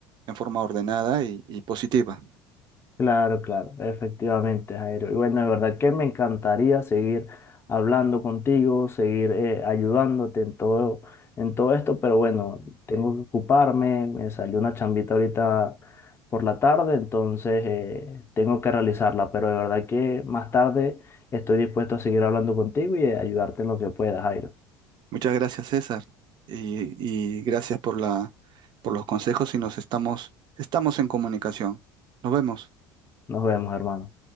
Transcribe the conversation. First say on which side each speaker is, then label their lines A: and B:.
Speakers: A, on the right; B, on the left.
A: en forma ordenada y, y positiva.
B: Claro, claro, efectivamente, Jairo. Y bueno, de verdad que me encantaría seguir hablando contigo, seguir eh, ayudándote en todo, en todo esto, pero bueno, tengo que ocuparme, me salió una chambita ahorita por la tarde, entonces eh, tengo que realizarla, pero de verdad que más tarde estoy dispuesto a seguir hablando contigo y eh, ayudarte en lo que pueda, Jairo.
A: Muchas gracias, César, y, y gracias por la, por los consejos y nos estamos, estamos en comunicación. Nos vemos.
B: Nos vemos, hermano.